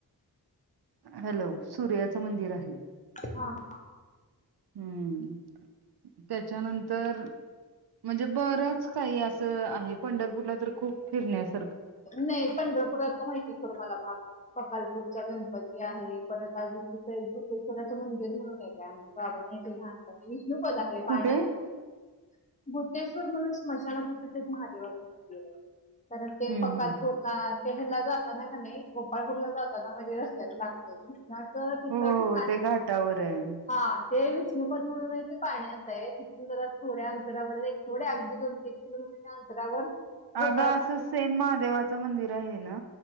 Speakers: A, on the right (about 75°); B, on the left (about 20°).
A: हॅलो सूर्याचं मंदिर आहे.
B: हा, हा, हा.
A: हम्म. त्याच्यानंतर म्हणजे बरंच काही असं आहे पंढरपूरला तर खूप फिरण्यास.
B: नाही पंढरपुरात तर माहिती आहे थोडा मला भाग ककालपूरच्या गण पती आहे परत अजून तिथं एक <unintelligible> मंदिर म्हणून आहे काय आमच्या बाबानी न्यायचे लहानपणी खूपच आहे
A: कुठे
B: पाण्यात होती. बोतेश्वर म्हणून स्मशापाशीच एक महादेवाचं मंदिर आहे. कारण ते
A: हम्म
B: फकारपूरला
A: हम्म
B: तेहरला जाताना का नाही गोपाळपूरला जाताना म्हणजे रस्त्यात लागतय. न तं ठिकाण
A: हो हो ते
B: आहे
A: घाटावर आहे
B: हा ते <unintelligible> विष्णोपद म्हणून आहे ते पाण्याच आहे. तिथून जरा थोड्या अंतरावर थोड्या अगदी दोन तीन किलोमीटरच्या अंतरावर गोपाळ
A: आग असं सेम महादेवाचं मंदिर आहे ना